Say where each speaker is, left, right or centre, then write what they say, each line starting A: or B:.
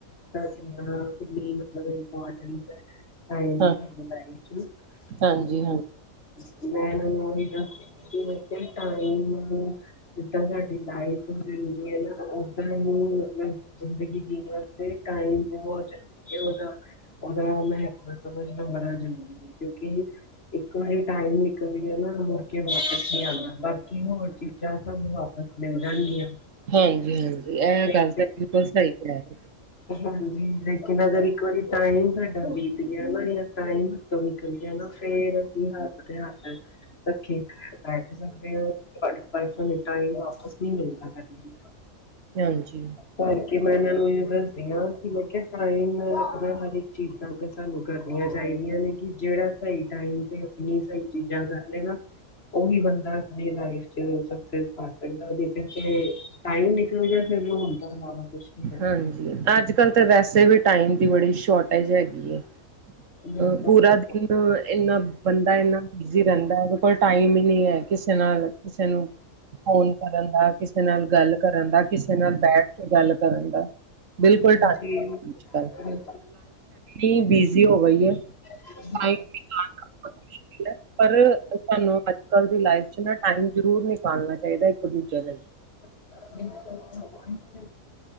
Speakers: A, on the left; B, on the right.
A: ਟਾਇਮ ਦਾ ਮਤਲਬ ਇਪੋਰਟੈਂਸ ਹੈ ਟਾਈਮ ਦਾ
B: ਹਾਂ
A: ਸਾਡੀ ਲਾਈਫ ਚ ਕੀ
B: ਹਾਂਜੀ ਹਾਂਜੀ
A: ਮੈਂ ਇਹਨਾਂ ਨੂੰ ਓਹੀ ਦੱਸ ਮੈਂ ਕਿਹਾ ਟਾਈਮ ਜਿੱਦਾਂ ਸਾਡੀ ਲਾਈਫ ਜ਼ਰੂਰੀ ਹੈ ਨਾ ਓਦਾਂ ਉਹ ਜ਼ਿੰਦਗੀ ਜੀਣੇ ਟਾਈਮ ਬਹੁਤ ਜ਼ਰੂਰੀ ਹੈ ਸਾਡਾ ਉਹਦਾ ਮਹਤਵ ਸਮਝਣਾ ਬੜਾ ਜ਼ਰੂਰੀ ਹੈ ਕਿਉਂਕਿ ਇੱਕ ਵਾਰੀ ਟਾਈਮ ਨਿਕਲ ਜਾਏ ਨਾ ਮੁੜ ਕੇ ਵਾਪਿਸ ਬਾਕੀ ਹੋਰ ਚੀਜ਼ਾਂ ਸਾਨੂੰ ਵਾਪਸ ਮਿਲ ਜਾਣਗੀਆਂ
B: ਹਾਂਜੀ ਹਾਂਜੀ ਇਹ
A: ਲੇਕਿਨ
B: ਗੱਲ ਤਾਂ ਬਿਲਕੁਲ ਸਹੀ ਕਹਿ ਰਹੇ ਓ
A: ਹਾਂਜੀ ਲੇਕਿਨ ਅਗਰ ਇੱਕ ਵਾਰੀ ਟਾਈਮ ਸਾਡਾ ਬੀਤ ਗਿਆ ਨਾ ਜਿਹੜਾ ਟਾਈਮ ਨਿਕਲ ਜਾਏ ਨਾ ਫੇਰ ਅਸੀਂ ਹੱਥ ਤੇ ਹੱਥ ਰੱਖੇ ਬੈਠ ਸਕਦੇ ਹੋ ਪਰ ਪਰਸੋਂ ਟਾਈਮ ਵਾਪਿਸ ਨਹੀਂ ਮਿਲਦਾ ਕਦੇ ਵੀ
B: ਹਾਂਜੀ।
A: ਕਰਕੇ ਮੈਂ ਇਹਨਾਂ ਨੂੰ ਇਹ ਦੱਸਦੀ ਹਾਂ ਕਿ ਮੈਂ ਕਿਹਾ ਟਾਈਮ ਨਾਲ ਆਪਣਾ ਹਰ ਇੱਕ ਚੀਜ਼ ਨਾਲ ਸਾਨੂੰ ਕਰਨੀਆਂ ਚਾਹੀਦੀਆਂ ਨੇ ਕਿ ਜਿਹੜਾ ਸਹੀ ਟਾਈਮ ਤੇ ਆਪਣੀ ਸਹੀ ਚੀਜ਼ਾਂ ਕਰ ਲੈ ਨਾ ਉਹੀ ਬੰਦਾ ਆਪਣੀ ਲਾਈਫ ਸਕਸੈਕਸ ਪਾ ਸਕਦਾ ਹੈ ਜੇਕਰ ਫਿਰ ਟਾਈਮ ਨਿਕਲ ਫਿਰ ਸਾਰਾ ਕੁਛ ਨਹੀਂ ਰਹਿੰਦਾ
B: ਹਾਂਜੀ ਅੱਜ ਕਲ ਤਾਂ ਵੈਸੇ ਵੀ ਟਾਈਮ ਦੀ ਬੜੀ ਸ਼ੋਰਟੇਜ ਹੈਗੀ ਹੈ।
A: ਬਿਲਕੁਲ
B: ਅ ਪੂਰਾ ਦੀ ਇੰਨਾ ਬੰਦਾ ਇੰਨਾ ਬਿਜ਼ੀ ਰਹਿੰਦਾ ਉਹਦੇ ਕੋਲ ਟਾਈਮ ਹੀ ਨਹੀਂ ਹੈ ਕਿਸੇ ਨਾਲ। ਕਿਸੇ ਨੂੰ ਫੋਨ ਕਰਨ ਦਾ ਕਿਸੇ ਨਾਲ ਗੱਲ ਕਰਨ ਦਾ ਕਿਸੇ ਨਾਲ ਬੈਠ। ਗੱਲ ਕਰਨ ਦਾ ਬਿਲਕੁਲਾਈਮ
A: ਪਹਿਲੇ
B: ਅੱ ਇ ਬਿਜ਼ੀ ਹੋ ਗਈ ਹੈ।
A: <unintelligible>
B: <unintelligible> ਪਰ ਤੁਹਾਨੂੰ ਅੱਜ ਕੱਲ ਦੀ ਲਾਈਫ ਚ ਨਾ ਟਾਈਮ ਜ਼ਰੂਰ ਨਿਕਾਲਣਾ ਚਾਹੀਦਾ ਇੱਕ ਦੂਜੇ ਦੇ ਲਈ।
A: <unintelligible>